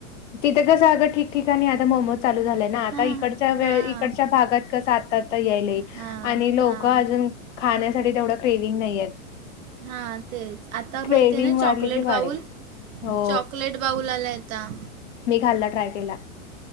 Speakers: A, on the left; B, on the right.
A: तिथं कसं आगं ठिक-ठिकाणी आता मोमोज चालू झाल्या. ना आता
B: हां
A: इकडच्या वेळ
B: हां
A: इकडच्या भागात कसं आता तर यायले
B: हां
A: आणि लोक
B: हां
A: अजून- खाण्यासाठी तेवढं क्रेवि्हंग नाहीय.
B: हा तेच आता
A: क्रेविंग
B: माहिती आहे ना चॉकलेट
A: वाढली की वाढेल.
B: बाउल,
A: हो
B: चॉकलेट बाऊला आलाय आता.
A: मी खाल्ला ट्राय केला.